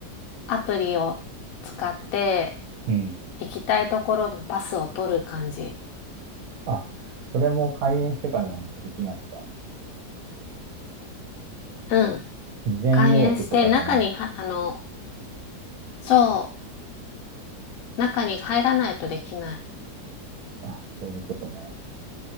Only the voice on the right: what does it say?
うん。
あ、それも開演してからじゃないとできないんだ。
事前予約とかじゃないんだ。
あ、そういうことね。